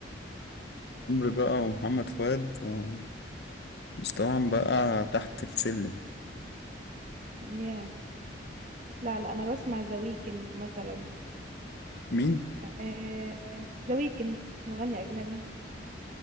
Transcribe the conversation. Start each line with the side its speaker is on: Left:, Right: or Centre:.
Left: عمرو بقى ومحمد فؤاد آه، مستواهم بقى تحت السلم
Right: ياه لا لا انا بسمع ذا ويكند مثلا
Left: مين؟
Right: آه ذا ويكند مغني اجنبي